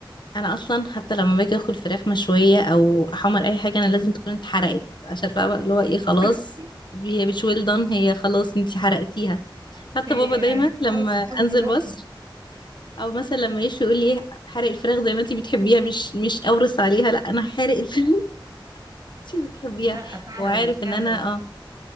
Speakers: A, on the left; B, on the right.
A: انا اصلا حتى لما باجي اكل فراخ مشوية او احمر اي حاجة انا لازم تكون اتحرقت عشان فاهمة اللي هو ايه خلاص
B: <laughs>
A: هي مش ويل دان هي خلاص انتي حرقتيها حتى
B: هي
A: بابا دايما
B: يعني
A: لما
B: خلاص ضمن
A: انزل
B: ضمن
A: مصر او مثلا لما يشوي يقول لي حرق الفراخ زي ما انت بتحبيها مش مش اورس عليها لا انا حارق الفراخ <laughs> انت بتحبيها
B: لا فعلا
A: هو عارف
B: فعلا
A: ان انا اه